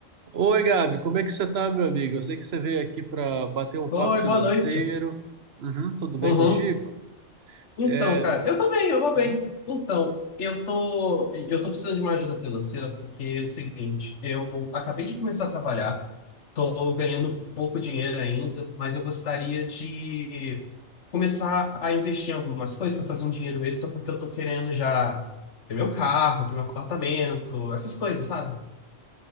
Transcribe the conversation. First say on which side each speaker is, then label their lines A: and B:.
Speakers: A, on the right (about 60°); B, on the left (about 75°).
A: Oi, Gabi, como é que você tá, meu amigo? Eu sei que você veio aqui para bater um papo
B: Oi,
A: financeiro.
B: boa noite.
A: Uhum, tudo bem
B: Uhum.
A: contigo?
B: Então,
A: É,
B: cara, eu tô bem, eu vou
A: uhum,
B: bem. Então, eu tô, eu tô precisando de uma ajuda financeira porque é o seguinte, eu acabei de começar a trabalhar, tô ganhando pouco dinheiro ainda, mas eu gostaria de começar a investir em algumas coisas para fazer um dinheiro extra porque eu tô querendo já ter meu carro, ter meu apartamento, essas coisas, sabe?